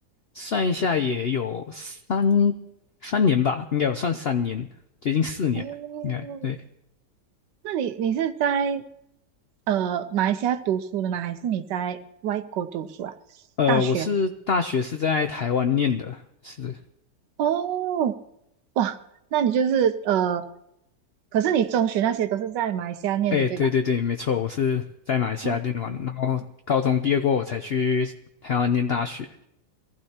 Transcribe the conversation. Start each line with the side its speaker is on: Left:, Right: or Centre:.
Left: 算一下也有三三年吧，应该有算三年，接近四年了，
Right: 哦，
Left: 应该对。
Right: 那你你是在呃马来西亚读书的吗？还是你在外国读书啊？
Left: 呃，
Right: 大学？
Left: 我是大学是在台湾念的，是，
Right: 哦，哇，那你就是呃，可是你中学那些都是在马来西亚念的，
Left: 哎，
Right: 对吧？
Left: 对对对，没错，我是在马来西亚念完，
Right: 哦
Left: 然后高中毕业过，我才去台湾念大学。